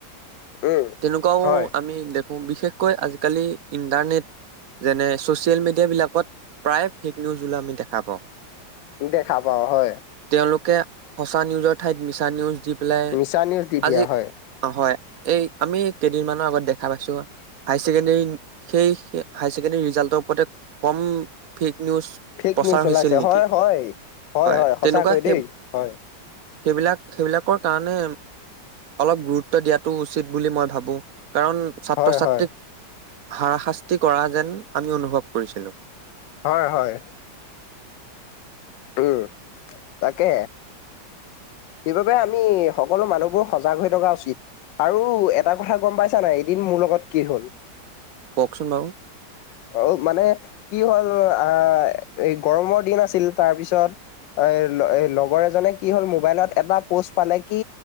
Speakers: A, on the left; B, on the right.
A: উম
B: তেনেকুৱাও
A: হয়
B: আমি দেখ বিশেষকৈ আজিকালি ইণ্টাৰনেট যেনে ছচিয়েল মিডিয়া বিলাকত প্ৰায় ফেক নিউজ ওলোৱা আমি দেখা পাওঁ
A: দেখা পাওঁ হয়
B: তেওঁলোকে সঁচা নিউজৰ ঠাইত মিছা নিউজ দি পেলাই
A: মিছা নিউজ দি
B: আজি
A: দিয়া হয়
B: হয় এই আমি কেইদিনমানৰ আগত দেখা পাইছো হাই ছেকেণ্ডৰী সেই হায়াৰ ছেকেণ্ডাৰী ৰিজাল্টৰ ওপৰতে কম ফেক নিউজ
A: ফেক
B: প্ৰচাৰ
A: নিউজ ওলাইছে
B: হৈছিল নেকি
A: হয় হয়
B: হয়
A: সঁচাকৈ
B: তেনেকুৱা সেই
A: দেই হয়
B: সেইবিলাক সেইবিলাকৰ কাৰণে অলপ গুৰুত্ব দিয়াটো উচিত বুলি মই ভাবোঁ কাৰণ ছাত্ৰ
A: হয়
B: ছাত্ৰীক
A: হয়
B: হাৰাশাস্তি কৰা যেন আমি অনুভৱ কৰিছিলোঁ
A: হয় হয় উম তাকে সেইবাবে আমি সকলো মানুহবোৰ সজাগ হৈ থকা উচিত আৰু এটা কথা গম পাইছা নাই এদিন মো মোৰ লগত কি হ'ল
B: কওকচোন বাৰু?
A: অ মানে কি কি হ'ল আহ এই গৰমৰ দিন আছিল তাৰ পিছত এই ল এই লগৰ এজনে কি হল মোবাইলত এটা পোষ্ট পালে কি